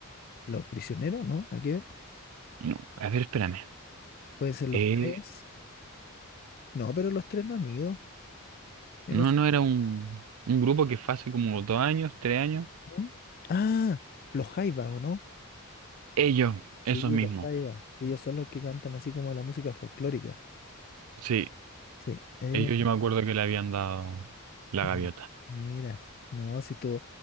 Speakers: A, on the left (about 45°); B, on the right (about 80°).
A: los prisioneros, ¿no? Nada que ver.
B: no, a ver, espérame.
A: Pueden ser los
B: Eh,
A: tres. No, pero los tres no han ido. Yo
B: no,
A: no sé.
B: no era un, un grupo que fue hace como dos años, tres años.
A: ¿Mm? Ah, los Jaivas, ¿o no?
B: Ellos,
A: Sí,
B: esos mismos.
A: los Jaivas. Ellos son los que cantan así como la música folclórica.
B: Sí,
A: Sí, ellos.
B: ellos yo me acuerdo que le habían dado la
A: Mm,
B: gaviota.
A: Mira, no, si tú.